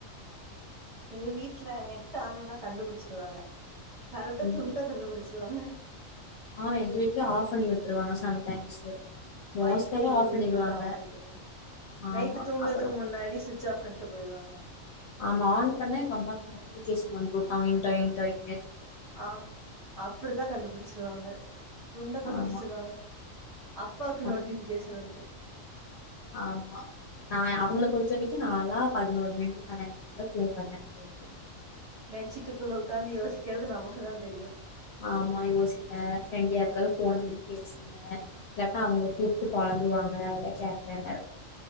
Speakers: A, on the right; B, on the left.
A: எங்க வீட்டு்ல நெட்டு ஆனும்னா கண்டுபுடிச்சிருவாங்க கரெக்டா
B: ம்
A: துண்டா கண்டுபுடிச்சிருவாங்க
B: ஆமா எங்க வீட்ல ஆஃப் பண்ணி விட்ருவாங்க சம்டைம்ஸு மோஸ்ட்டாவே
A: வைஃபை
B: ஆஃப் பண்ணிருவாங்க
A: மட்டும் ஆஃப் பண்ணிருவாங்க
B: ஆமா
A: நைட் தூங்குறதுக்கு
B: அப்பறோ
A: முன்னாடி சுவிச் ஆஃப் பண்ணிட்டு போய்டுவாங்க
B: ஆமா ஆன் பண்ண எங்க அம்மாக்கு நோட்டிபிக்கேஷன் வந்துடும் டொயின்டொயின் டொயிங்
A: ஆஹ் அப்படிதான் கண்டுபிடிச்சிருவாங்க துண்ட கண்டுபிடிச்சிருவாங்க
B: ஆமா
A: அப்பாக்கு
B: அப்
A: நோட்டிபிக்கேஷன் வந்துடும்
B: ஆமா நான் அவுங்கள பொறுத்த வரைக்கும் நான்ல்லா பதினோரு மணி பன்னெண்டு மணிக்குலா துங்கறேன் அப்டினு
A: பெச்சிட்டுக்குள்ள உட்காந்து யோசிக்கிறது நமக்கு தான் தெரியும்
B: ஆமா யோசிப்பேன் ஃப்ரெண்டு யாருக்கது போன் பண்ணி பேசுவேன் இல்லான அவுங்க கூப்பிட்டு பொழம்புவாங்க அதெல்லாம் கேப்பேன்